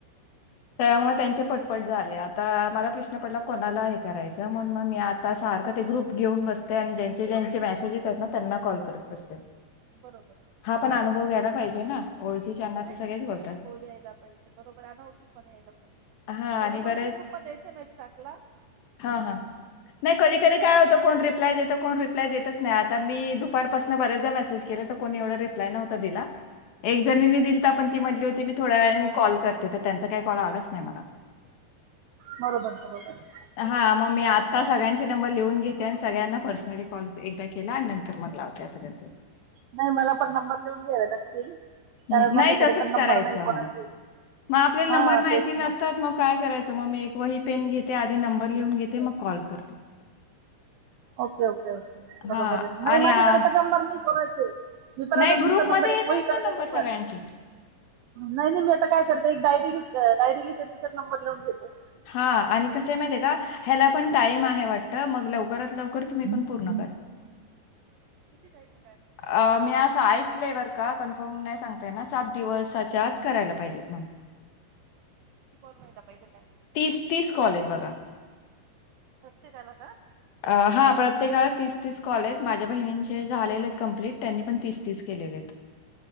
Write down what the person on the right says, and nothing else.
बरोबर.
नाही
नाही
अनुभव घ्यायला पाहिजे बरोबर अनोखी पण यायला पाहिजे
मी
आ कोणते
ग्रुप मध्येे मैसेज टाकला?
बरोबर बरोबर.
हा
नाही मला पण नंबर लिहून घ्यावे लागतील. कारण
माझ्याकडे
पण
नंबर नाही कोणाचे
हा
तेच
ना
ओके ओके, बरोबर
आहे नाही
माझ्याकडे
तर नंबर नाही करायच. मी पण
आता तुमचा
नंबर
एक
वही
करायलो
मी
पण. नाही नाही मी आता काय करतो एक डायरी घेत, डायरी घेत तिच्यात नंबर लिवून घेते.
<unintelligible>
किती टाइम आहे काय माहित?
किती कॉल व्हायला पाहिजे काय?
<unintelligible>